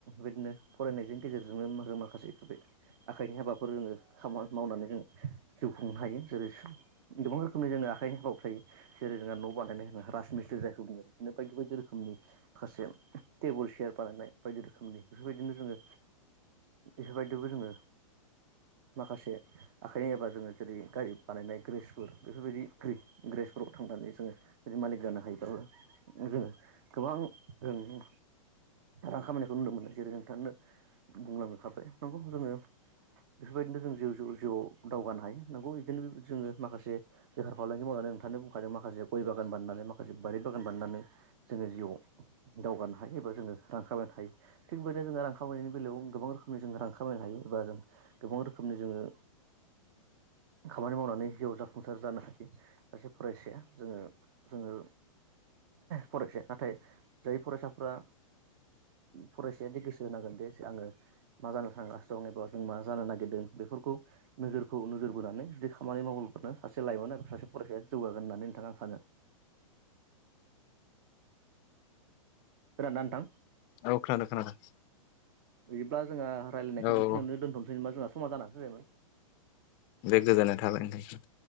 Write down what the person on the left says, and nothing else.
औ खोनादों खोनादों
औ
औ
बे गोजोननाय थाबाय नोंथां